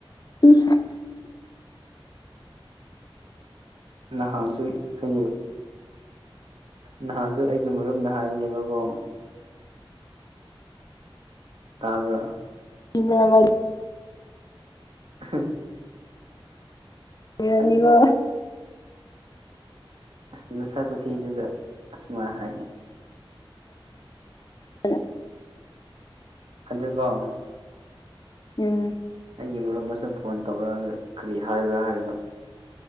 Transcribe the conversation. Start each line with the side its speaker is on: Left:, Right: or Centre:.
Left: ꯏꯁ
Right: ꯅꯍꯥꯟꯁꯨ ꯍꯌꯦꯡ ꯅꯍꯥꯟꯁꯨ ꯑꯩꯒꯤ ꯃꯔꯨꯝꯗ ꯍꯥꯏꯕꯅꯦꯕꯀꯨꯡ ꯇꯥꯕ꯭ꯔ
Left: ꯃ
Right: ꯍ
Left: ꯕꯤꯔꯌꯥꯅꯤꯒ
Right: ꯑꯩꯅ ꯑꯁ ꯅꯁꯥ ꯀꯨꯊꯤꯗꯨꯒ ꯑꯁꯨꯃꯥꯏꯅ ꯍꯥꯏꯌꯦ
Left: ꯍ
Right: ꯑꯗꯨꯒ
Left: ꯎꯝ
Right: ꯑꯩꯒꯤ ꯃꯔꯨꯞ ꯑꯃꯁꯨ ꯐꯣꯟ ꯇꯧꯔꯛꯑꯒ ꯀꯔꯤ ꯍꯥꯏꯕ꯭ꯔꯥ ꯍꯥꯏꯔꯅꯣ